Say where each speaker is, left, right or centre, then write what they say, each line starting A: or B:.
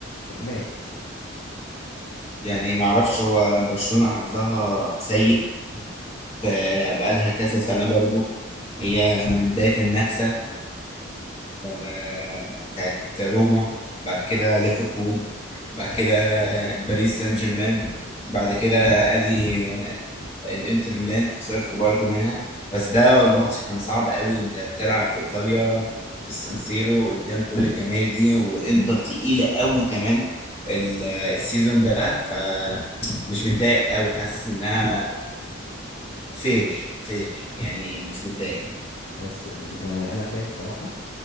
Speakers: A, on the left (about 55°); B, on the left (about 30°).
A: مات
B: يعني ما اعرفش هو برشلونه حظها سيء فبقالها كذا سنه برضو هي من بدايه النكسه آه، بتاعت روما بعد كده ليفربول بعد كده باريس سان جيرمان بعد كده ادي آه، الانتر ميلان خسرت برضو منها بس ده الماتش كان صعب قوي انت بتلعب في ايطاليا في السانسيرو قدام كل الجماهير دي والانتر تقيلة قوي كمان ال- آه، السيزون ده فمش متضايق قوي حاسس انها فير فير يعني مش متضايق
A: بس يعني انا شايف بصراحه